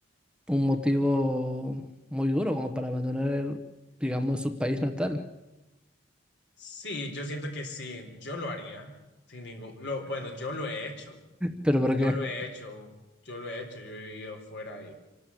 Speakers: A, in the centre; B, on the left (about 65°).
A: un motivo muy duro como para abandonar, digamos, su país natal.
B: Sí, yo siento que sí, yo lo haría sin ningún, lo, bueno, yo lo he hecho,
A: ¿Pero por
B: yo
A: qué?
B: lo he hecho, yo lo he hecho, yo he vivido fuera